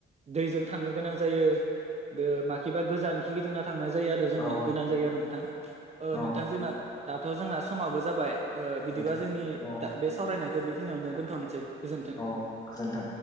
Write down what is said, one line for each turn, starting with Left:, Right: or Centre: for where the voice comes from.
Right: दैजों थांनो गोनां जायो बे माखिबा गोजान खिगिदिंना थांनाय जायो आरो जोङो
Left: औ
Right: गोनां जायो आरो नोंथ
Left: औ
Right: नोंथां जोंना दाथ' जोंना समाबो जाबाय ओ बिदिबा
Left: नोंथां,
Right: जोंनि
Left: औ
Right: दा बे सावरायनायखौ बेखिनियावनो दोन्थ'नोसै गोजोन्थों
Left: औ गोजोनथों